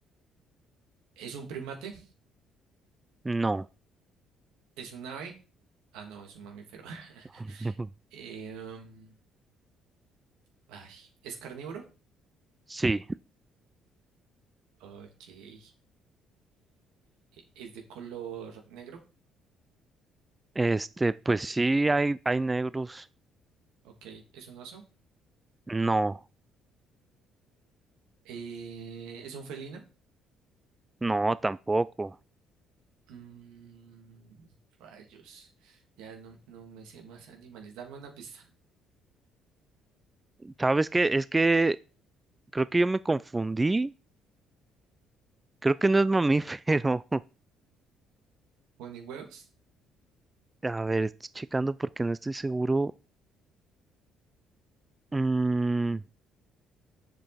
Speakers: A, on the right; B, on the right.
A: es un primate,
B: No.
A: es un ave, ah, no, es un mamífero, <laughs>
B: <laughs>
A: Em, ay, es carnívoro,
B: Sí.
A: ok, eh, es de color negro.
B: Este, pues sí, hay, hay negros.
A: Ok, es un oso.
B: No,
A: Eh, es un felino.
B: no, tampoco.
A: Mm, rayos. Ya no, no me sé más animales. Dame una pista.
B: ¿Sabes qué? Es que creo que yo me confundí. Creo que no es mamífero. <laughs>
A: ¿Pone huevos?
B: A ver, estoy checando porque no estoy seguro. Mm,